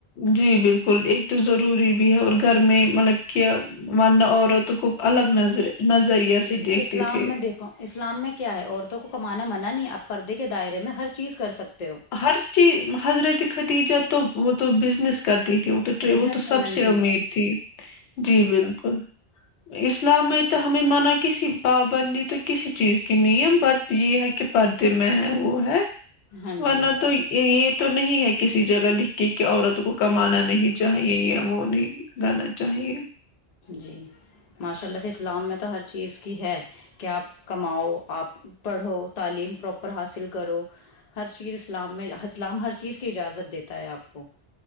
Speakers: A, on the left; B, on the left.
A: جی بالکل ایک تو ضروری بھی ہے اور گھر میں مطلب کہہ ونہ عورت ت گوب الگ نظر نظریہ سے
B: جی
A: دیکھتے
B: اسلام
A: تھے
B: میں دیکھو اسلام میں کیا ہے عورتوں کو کمانا منع نہیں ا پردے کے دائرے میں ہر چیز کر سکتے ہو
A: ہر چیز حضرت ختییجہ تو وہ تو بزنس کر تھی وہ تو
B: بزنس
A: وہ تو
B: وومین
A: سب سے
B: تھیں
A: امیر تھی جی بالکل اسلام میں تو ہمیں مان کسی پابندی تو کسی چیز کی نہیں ہے بٹ یہ ہے کہ پر ت میں وہ ہے
B: ہاں
A: ورنہ
B: جی
A: تو یہ یہ تو نہیں ہے کسی جگہ لکھ کے کہ عورت کو کمانا نہیں چاہیے یا وہ نہیں گانا چاہیے
B: جی ماشاء اللہ سے اسلام میں تو ہر چیز کی ہے کہ آپ کماؤ آپ پڑھو تعلیم پراپر حاصل کرو ہر چیز اسلام میں ہ اسلام ہر چیز کی اجازت دیتا ہے آپ کو